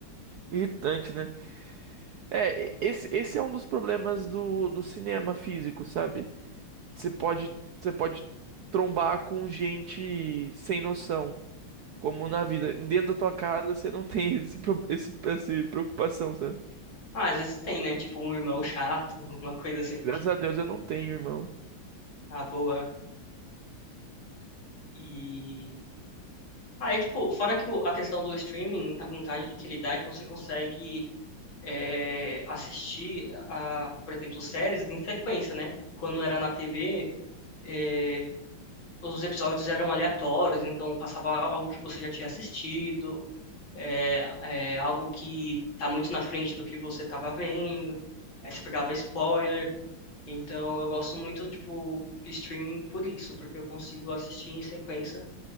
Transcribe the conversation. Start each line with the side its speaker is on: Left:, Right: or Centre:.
Right: irritante, né? É, esse, esse é um dos problemas do, do cinema físico, sabe? Você pode, você pode trombar com gente sem noção, como na vida. Dentro da tua casa você não <laughs> tem esse, pro- esse, essa preocupação, sabe?
Left: Ah, às vezes tem, né? Tipo, um irmão <laughs> chato, alguma coisa assim.
Right: Graças a Deus eu não tenho, irmão.
Left: Ah, boa. E. ah é tipo, fora que o- a questão do streaming, a vantagem que ele dá é que você consegue é, assistir, a, por exemplo, séries em sequência, né? Quando era na TV, é, os episódios eram aleatórios, então passava algo que você já tinha assistido, é, é, algo que tá muito na frente do que você tava vendo. Aí você pegava spoiler. Então eu gosto muito, tipo, de streaming por isso, porque eu consigo assistir em sequência